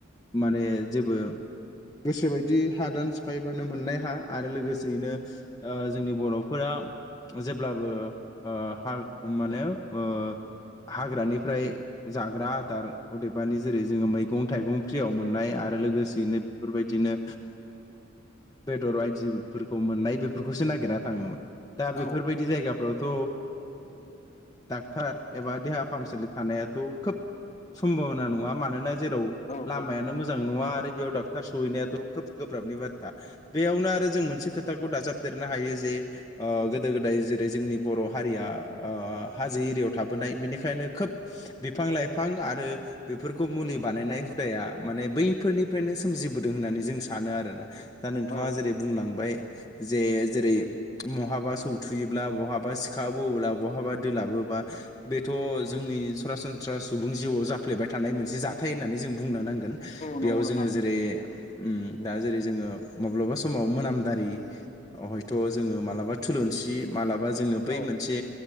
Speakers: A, on the left; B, on the left.
A: माने जेबो गोसोबायदि हादान सिफायबानो मोननाय हा आरो लोगोसेयैनो ओ जोंनि बर'फोरा जेब्लाबो ओ हा माने ओ हाग्रानिफ्राय जाग्रा आदार अदेबानि जेरै जोङो मै मैगं थाइगं फ्रियाव मोननाय आरो लोगोसेयैनो बेफोरबायदिनो बेदर बायदिफोरखौ मोननाय बेफोरखौसो नागिरना थाङोमोन दा
B: औ
A: बेफोरबायदि जायगा फोरावथ' डाक्टार एबा देहा फाहामसालि थानायाथ' खोब समभाबना नङा मानोना जेराव
B: औ
A: लामायानो मोजां नङा आरो बेयाव डाक्ट थार सहैनायाथ' खोब गोब्राबनि बाथ्रा बेयावनो आरो जों मोनसे खोथाखौ दाजाबदेरनो हायो जे ओ गोदो गोदाय जेरै जोंनि बर' हारिया हाजो एरियायाव थाबोनाय बेनिखायनो खोब बिफां लाइफां आरो बेफोरखौ मुलि बानायनाय हुदाया माने बैफोरनिफ्रायनो सोमजिबोदों होननानै जों सानो आरोना दा नोंथाङा
B: औ
A: जेरै बुंलांबाय जे जेरै बहाबा सौथुयोब्ला बहाबा सिखा बोयो्ला बहाबा दलाबो बा बेथ' जोंनि सरासनस्रा बाथ्रा सुबुं जिउआव जाफ्लेबाय थानाय मोनसे जाथाय होननानै जों बुंनो नांगोन बेयाव
B: नंगौ नोंथां
A: जोङो जेरै उम दा जेरै जोङो माब्लाबा समाव मोनामदारि हयथ' जोङो मालाबा थुलुंसि मालाबा जोङो बै
B: औ
A: मोनसे